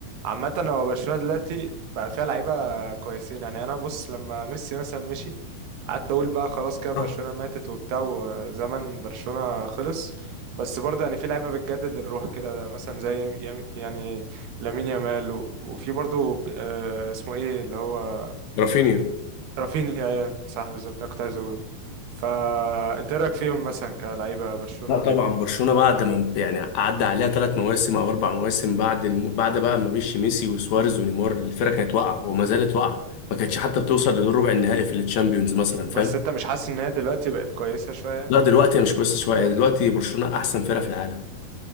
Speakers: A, on the right; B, on the left.
A: عامة هو برشلونة دلوقتي بقى فيها لعيبة كويسين يعني أنا بص لما ميسي مثلا مشي قعدت أقول بقى خلاص كده برشلونة
B: صح
A: ماتت وبتاع وزمن برشلونة خلص بس برضه يعني في لعيبة بتجدد الروح كده مثلا زي يم- يعني لامين يامال و- وفي برضه آه، اسمه إيه اللي هو
B: رافينيا
A: رافينيا صح بالظبط ده كنت عايز أقوله فأنت إيه رأيك فيهم مثلا كلعيبة برشلونة
B: لا طبعا
A: وكده
B: برشلونه بعد ما يعني عدى عليها ثلاث مواسم او اربع مواسم بعد الم... بعد بقى ما مشي ميسي وسواريز ونيمار الفرقه كانت واقعه وما زالت واقعه ما كانتش حتى بتوصل لدور ربع النهائي في التشامبيونز مثلا فاهم
A: بس أنت مش حاسس إن هي دلوقتي بقت كويسة شوية يعني؟
B: لا دلوقتي هي مش كويسه شويه هي دلوقتي برشلونه احسن فرقه في العالم